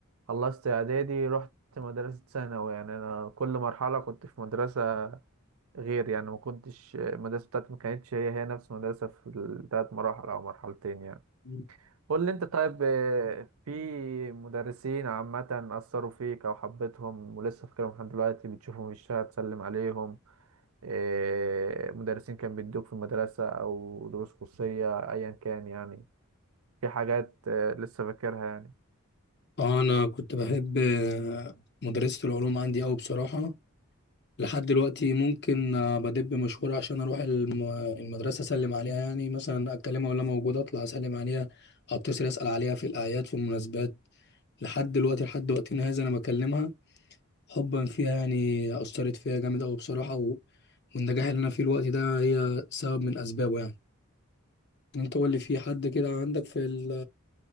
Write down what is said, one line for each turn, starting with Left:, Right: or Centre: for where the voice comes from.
Right: خلصت اعدادي رحت مدرسه ثانوي يعني انا كل مرحله كنت في مدرسه غير يعني ما كنتش المدرسه بتاعتي ما كانتش هي هي نفس المدرسه في الثلاث مراحل او مرحلتين يعني
Left: الم...
Right: قول لي انت طيب آه، في مدرسين عامة أثروا فيك أو حبيتهم ولسه فاكرهم لحد دلوقتي بتشوفهم في الشارع تسلم عليهم آه، مدرسين كان بيدوك في المدرسة أو دروس خصوصية أيا كان يعني في حاجات آه، لسه فاكرها يعني
Left: اه انا كنت بحب آه، مدرسه العلوم عندي قوي بصراحه لحد دلوقتي ممكن آه، بدب مشوار عشان اروح الم- المدرسه اسلم عليها يعني مثلا اكلمها ولا موجوده اطلع اسلم عليها اتصل اسال عليها في الاعياد في المناسبات لحد دلوقتي لحد وقتنا هذا انا بكلمها حبا فيها يعني اثرت فيها جامد قوي بصراحه و... والنجاح اللي انا فيه الوقت ده هي سبب من اسبابه يعني انت قول لي في حد كده عندك في ال...